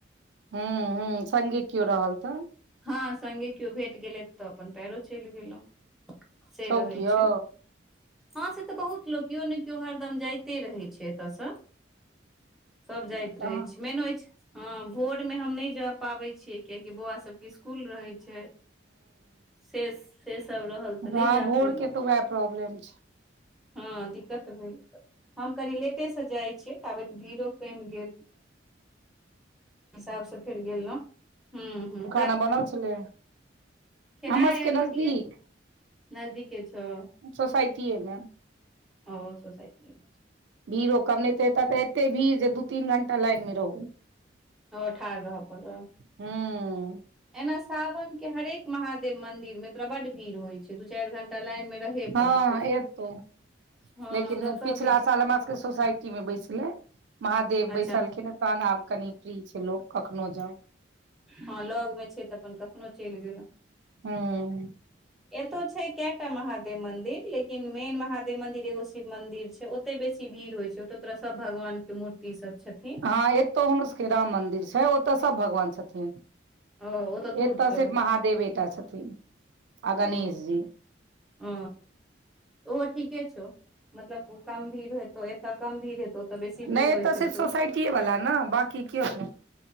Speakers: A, on the right; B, in the centre.
A: हुँ हुँ सङ्गे कियो रहल तऽ,
B: हाँ सङ्गे केओ भेट गेले तऽ अपन पैरो चलि गेलहुं। से
A: छौ
B: रहै
A: कियो
B: छैय। हाँ से तऽ बहुत लोक केओ ने केओ हरदम जाइते रहै छैय एतयसँ, सभ जाइत
A: हँ
B: रहैत छी मेन होइत हाँ भोरमे हम नहि जाय पाबैय छियै कियकि बौआसभ, स्कूल रहै छैय। से सेसभ रहल तऽ
A: हँ
B: नहि जा
A: भोर
B: पयलहुँ।
A: के तऽ उएह प्रॉब्लम छै
B: हाँ दिक्कत भेल, हम कनि लेटेसँ जाइ छियै ताबैत भीड़ो केम गेल। हिसाबसँ फेर गेलहुँ हुँ हुँ।
A: हाँ बनल छलै,
B: खेनाइ
A: हमर सबके
B: आइ रोटिये
A: नजदीक
B: नजदीके छौ
A: सोसाइटीएमे
B: ओ हो सोसाटीमेए छैय।
A: भिरो कम नहि ते ए तऽ एते भीड़ जे दू तीन घं्टा लाइन मे रहूँ
B: ओहो ठार रह परल
A: हूँ
B: एना सावन के हरेक महादेव मंदिर मे तोरा बड भीड़ होय छैय, दू चाईर घंटा लाइन मे रहे
A: हाँ
B: पड़तौ
A: एतौ
B: हँ
A: लेकिन
B: जतऽ
A: पिछला
B: भी
A: साल हम सबके सोसाइटी साइटी में बैसले महादेव बैसलखिन
B: अच्छा
A: तहन आब कनि फ्री छैय, लोग कखनो जाउ
B: हाँ लगमे छैय तऽ, अपन कखनो चइल गेलहुँ
A: हूँ
B: एतौ छैय, कएटा महादेव मंदिर लेकिन मेन महादेव मंदिर एगो शिव मंदिर छैय, ओ ओतेय बेसी भीड़ होय छैय, ओतय तोरा सब भगवान के मूर्ति सब छथिन।
A: हाँ एतौ हमर सबके राम मंदिर छैय, ओतऽ सब भगवान छथिन।
B: ओ ओतऽ दूर
A: एतैऽ
B: छौ
A: सिर्फ महादेवटा छथिन। आ गणेश
B: अ
A: जी
B: अ उहो ठीके छौय, मतलब गमभीर हेतौ एतऽ कमभीर हेतौ ओतऽ बेसी भीड़
A: नए
B: होइत
A: तऽ
B: हेतौ
A: सिर्फ सोसाइटीए वला नऽ बाकी केओ नई।